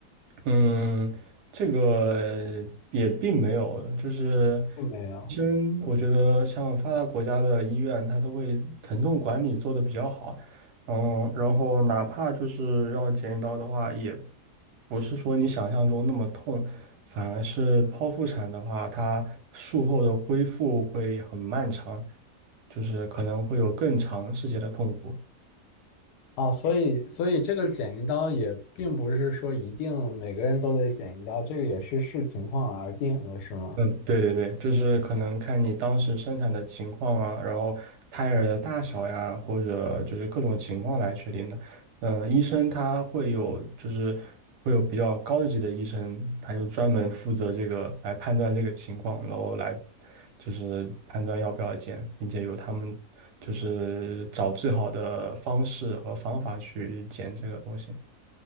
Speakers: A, on the right; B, on the left.
A: 嗯，这个也并没有，就是
B: 并没有。
A: 医生，我觉得像发达国家的医院，它都会疼痛管理做得比较好，嗯，然后哪怕就是要剪一刀的话，也不是说你想象中那么痛，反而是剖腹产的话，它术后的恢复会很漫长，就是可能会有更长时间的痛苦。
B: 哦，所以所以这个剪一刀也并不是说一定每个人都得剪一刀，这个也是视情况而定的，是吗？
A: 嗯，对对对，就是可能看你当时生产的情况啊，然后胎儿的大小呀，或者就是各种情况来确定的。嗯，医生他会有，就是会有比较高级的医生，他就专门负责这个来判断这个情况，然后来就是判断要不要剪，并且由他们就是找最好的方式和方法去剪这个东西。